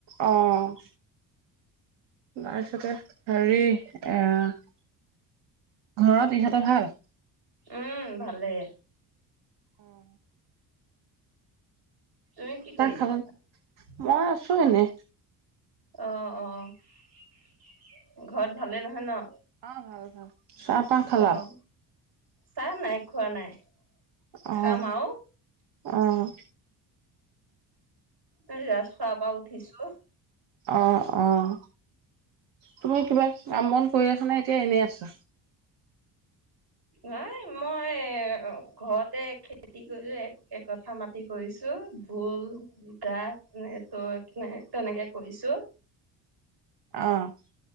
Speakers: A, on the right; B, on the right.
A: অঁ তাৰপিছতে হেৰি আঁহ ঘৰত ইহঁতৰ ভাল
B: উম ভালে।
A: অঁ
B: তুমি কি কৰি
A: খালা
B: আছা
A: মই আছো এনে
B: অঁ অঁ ঘৰত ভালেই নহয় ন
A: হয় হয় চাহ তাহ খালা
B: অ' চাহ নাই খোৱা নাই
A: অঁ
B: খাম আৰু
A: অঁ
B: <unintelligible> শুৱা পা উঠিছো
A: অঁ অঁ তুমি কিবা কাম বন কৰি আছানে এতিয়া এনেই আছা
B: নাই মই ঘৰতে খেতি কৰিছো একথা মাতি কৰিছো ভুল জিকা ত তেনেকে কৰিছো
A: অঁ